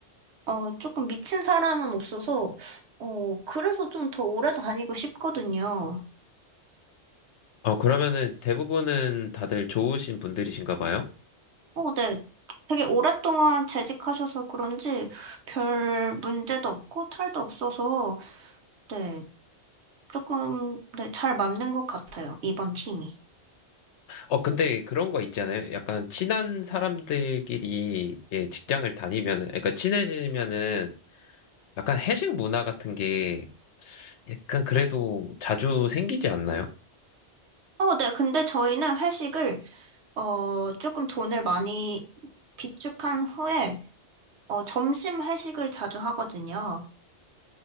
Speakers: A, on the right; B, on the left.
A: 어, 조금 미친 사람은 없어서 어, 그래서 좀 더 오래 다니고 싶거든요.
B: 어, 그러면은 대부분은 다들 좋으신 분들이신가 봐요.
A: 어, 네. 되게 오랫동안 재직하셔서 그런지 별 문제도 없고 탈도 없어서 네. 조금, 네, 잘 맞는 것 같아요, 이번 팀이.
B: 어, 근데 그런 거 있잖아요. 약간 친한 사람들끼리 예, 직장을 다니면은, 그러니까 친해지면은 약간 회식 문화 같은 게 약간 그래도 자주 생기지 않나요?
A: 어, 네, 근데 저희는 회식을, 어, 조금 돈을 많이 비축한 후에, 어, 점심 회식을 자주 하거든요.